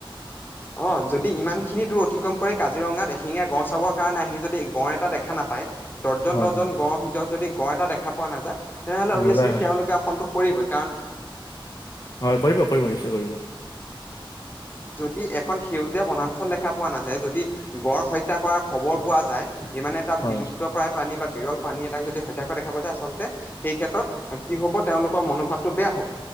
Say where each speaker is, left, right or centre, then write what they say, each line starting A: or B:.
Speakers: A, on the left; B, on the left.
A: অ যদি ইমান খিনি দূৰ অতিক্ৰম কৰে কাজিৰঙাত এশিঙীয়া গড় চাবৰ কাৰণে আহি যদি গড় এটা দেখা নাপায় দৰ্জন
B: হয়,
A: দৰ্জন
B: হয়।
A: গড়ৰ ভিতৰত যদি গড় এটা দেখা, পোৱা নাযায় তেনেহলে অভিয়াচলি
B: নাযায় হয়।
A: তেওঁলোকে অসম পৰিৱেশ
B: হয় কৰিব কৰিব নিশ্চয় কৰিব।
A: যদি এখন সেউজীয়া বনাঞ্চল দেখা পোৱা নাযায় যদি গড় হত্যা কৰাৰ খবৰ পোৱা যায় সি মানে এটা
B: হয়,
A: বিলুপ্ত প্ৰায় পানী বা বিৰল প্ৰানী এটাক যদি হত্যা কৰা দেখা পোৱা যায় আচলতে সেই ক্ষেত্ৰত কি হব তেওঁলোকৰ মনোভাৱটো বেয়া হব।